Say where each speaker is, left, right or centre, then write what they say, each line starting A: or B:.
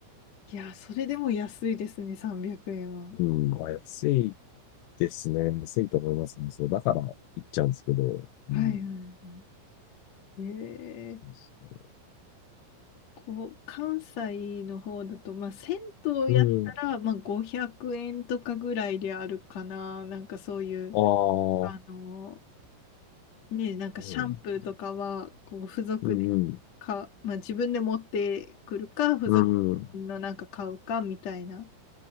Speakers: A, on the left; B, on the left.
A: いや、それでも安いですね、300円は。
B: うん、まあ、安いですね。安いと思いますね。そう、だから行っちゃうんですけど、
A: はいはいは
B: うん。
A: い。えー、
B: そうそ
A: こう、関西の方だと、まあ、銭湯やったら、
B: ううん。
A: まあ、500円とかぐらいであるかな。なんかそういう、
B: ああ、
A: あの、
B: そ
A: ね、なんかシャンプーとかは、
B: うなんですよ
A: こう、付属でか、
B: うん、
A: まあ、自分で持ってくるか、付属のなんか買うかみたいな
B: うん、うん。